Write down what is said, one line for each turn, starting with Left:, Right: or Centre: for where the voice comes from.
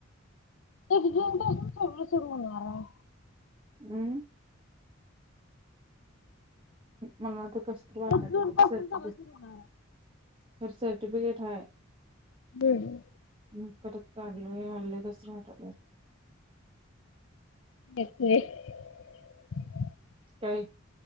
Left: तेच जून पासून सगळं सुरू होणार आहे.
Right: अं. मला तर कसतर
Left: आहे
Right: वाटायलय
Left: एक जून
Right: बघ.
Left: पासून सगळं
Right: <inaudible>
Left: सुरू होणार आहे.
Right: बर सर ते बिगट हाय.
Left: हम्म.
Right: मी परत काढलोय ऑनलाईन. कसं तर वाटायलंय.
Left: <inaudible>
Right: काय?